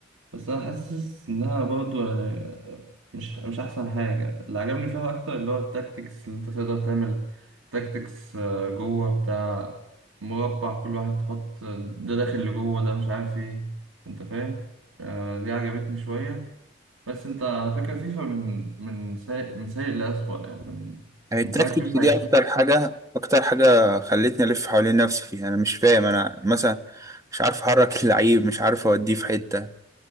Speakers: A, on the right (about 85°); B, on the right (about 15°).
A: بس انا حاسس انها برضو يعني مش مش احسن حاجه اللي عجبني فيها اكتر اللي هو التاكتكس اللي انت تقدر تعمل تاكتكس آه، جوه بتاع مربع كل واحد تحط ده داخل لجوه ده مش عارف ايه انت فاهم آه، دي عجبتني شويه بس انت على فكره فيفا من من سيء من سيء لأسوأ يعني من
B: يعني التكتيكس
A: من ساعه فيفا
B: دي اكتر حاجه اكتر حاجه خلتني الف حوالين نفسي فيها انا مش فاهم انا مثلا مش عارف احرك <laughs> اللعيب مش عارف اوديه في حته